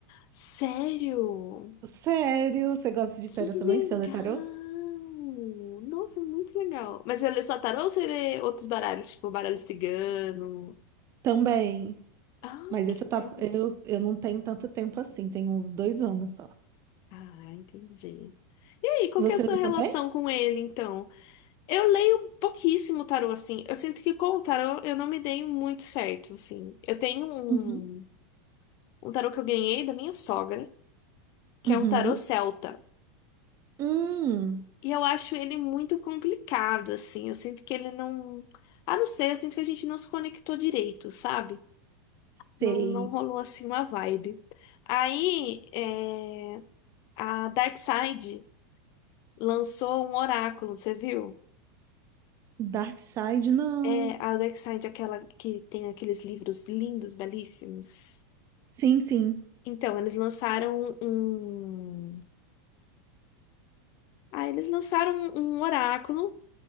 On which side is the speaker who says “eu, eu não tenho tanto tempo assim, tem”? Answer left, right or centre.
Right